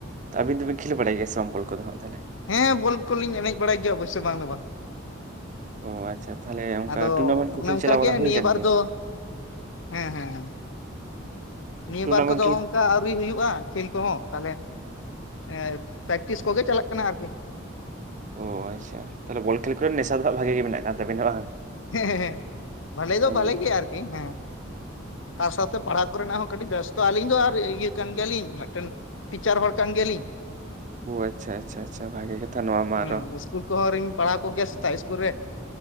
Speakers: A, on the right; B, on the left.
A: ᱟᱹᱵᱤᱱ ᱫᱚᱵᱤᱱ ᱠᱷᱮᱞ ᱵᱟᱲᱟᱭ ᱜᱮᱭᱟ ᱥᱮ ᱵᱟᱝ ᱵᱚᱞ ᱠᱚ ᱦᱟᱸᱜ ᱛᱟᱦᱞᱮ?
B: ᱦᱮᱸ ᱵᱚᱞ ᱠᱚᱞᱤᱧ ᱮᱱᱮᱡ ᱵᱟᱲᱟᱭ ᱜᱮᱭᱟ ᱚᱵᱚᱥᱥᱚᱭ ᱵᱟᱝ ᱫᱚ ᱵᱟᱝ᱾
A: ᱚ ᱟᱪᱪᱷᱟ ᱛᱟᱦᱚᱞᱮ ᱚᱱᱠᱟ
B: ᱟᱫᱚ
A: ᱴᱩᱨᱱᱟᱢᱮᱱᱴ ᱠᱚ
B: ᱱᱚᱝᱠᱟᱜᱮ
A: ᱠᱷᱮᱞ ᱪᱟᱞᱟᱣ ᱵᱟᱲᱟ ᱦᱩᱭ
B: ᱱᱤᱭᱟᱹ
A: ᱟᱠᱟᱱ
B: ᱵᱟᱨ
A: ᱜᱮᱭᱟ
B: ᱫᱚ᱾ ᱦᱮᱸᱻ ᱦᱮᱸᱻ ᱦᱮᱸ ᱱᱤᱭᱟᱹ
A: ᱴᱩᱨᱱᱟᱢᱮᱱᱴ
B: ᱵᱟᱨ ᱠᱚᱫᱚ
A: ᱠᱷᱮᱞ
B: ᱡᱚᱝ ᱠᱟ ᱟᱹᱣᱨᱤ ᱦᱩᱭᱩᱜᱼᱟ ᱠᱷᱮᱞ ᱠᱚᱦᱚᱸ ᱛᱟᱦᱞᱮ, ᱮᱸᱻ ᱯᱮᱠᱴᱤᱥ ᱠᱚᱜᱮ ᱪᱟᱞᱟᱜ ᱠᱟᱱᱟ ᱟᱨᱠᱤ᱾
A: ᱚ ᱦᱳᱭᱥᱮ ᱛᱟᱦᱞᱮ ᱵᱚᱞ ᱠᱷᱮᱞ ᱠᱚᱨᱮᱱ ᱱᱮᱥᱟ ᱫᱚ ᱦᱟᱜ ᱵᱷᱟᱜᱮ ᱢᱮᱱᱟᱜ ᱠᱟᱫ ᱛᱟᱵᱤᱱᱟ ᱵᱟᱝ᱾
B: ᱦᱮᱸᱻ ᱦᱮᱸᱻ ᱵᱷᱟᱞᱮ ᱫᱚ
A: ᱚ
B: ᱵᱷᱟᱞᱮ
A: ᱟᱪᱪᱷᱟ
B: ᱜᱮᱭᱟ ᱟᱨᱠᱤ ᱦᱮᱸ᱾ ᱛᱟᱨ ᱥᱟᱶᱛᱮ ᱯᱟᱲᱦᱟᱣ ᱠᱚᱨᱮᱱᱟᱜ ᱦᱚᱸ ᱠᱟᱹᱴᱤᱡ ᱵᱮᱥᱛᱚ ᱟᱹᱞᱤᱧ ᱫᱚ ᱟᱨ ᱤᱭᱟᱹ ᱠᱟᱱ ᱜᱮᱭᱟᱞᱤᱧ ᱢᱤᱫᱴᱮᱱ᱾ ᱴᱤᱪᱟᱨ ᱦᱚᱲ ᱠᱟᱱ ᱜᱮᱭᱟᱞᱤᱧ᱾
A: ᱚ ᱟᱪᱪᱷᱟ ᱟᱪᱪᱷᱟ ᱟᱪᱪᱷᱟ ᱵᱷᱟᱜᱮ ᱠᱟᱛᱷᱟ ᱱᱚᱣᱟ ᱢᱟ
B: ᱦᱩᱸ
A: ᱟᱨᱚ
B: ᱤᱥᱠᱩᱞ ᱠᱚᱦᱚᱸ ᱨᱤᱧ ᱯᱟᱲᱦᱟᱣ ᱠᱚᱜᱮᱭᱟ ᱥᱮᱛᱟᱜ ᱤᱥᱠᱩᱞ ᱨᱮ᱾